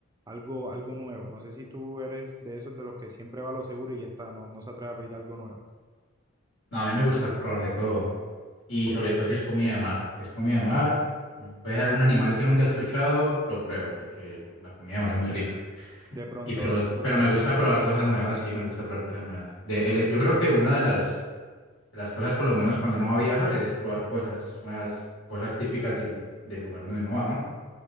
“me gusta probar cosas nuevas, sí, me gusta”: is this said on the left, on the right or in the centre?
Left